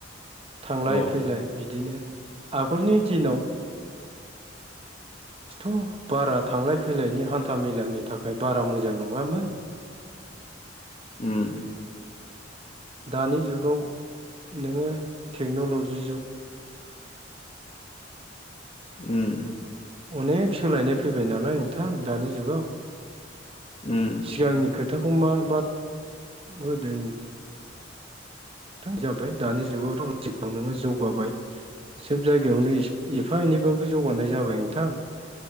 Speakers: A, on the right; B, on the left.
A: थांलाय
B: अ
A: फैलाय बिदिनो आगोलनि दिनाव थ' बारा थांलाय फैलायनि हान्था मेलानि थाखाय बारा मोजां नङामोन।
B: उम
A: दानि जुगाव नोङो टेक्न'लजि जुग
B: उम
A: अनेख सोलायनाय फैबाय नालाय नोंथां दानि जुगाव।
B: उम
A: सिगांनि खोथाखौ मा बाद होदों थ जाबाय दानि जुगावथ' <unintelligible> नोङो जौगाबाय। सोब जायगायावनो एफा एनैबाबो जौगानाय जाबाय नोंथां।